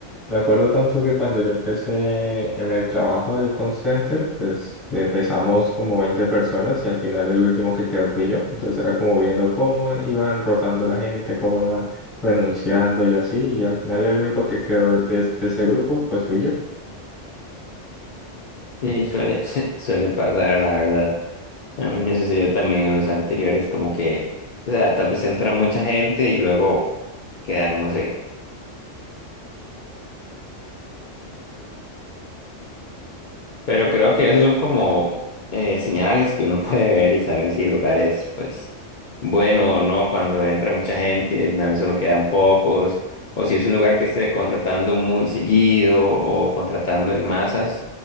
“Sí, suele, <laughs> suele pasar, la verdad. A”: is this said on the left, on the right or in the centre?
Left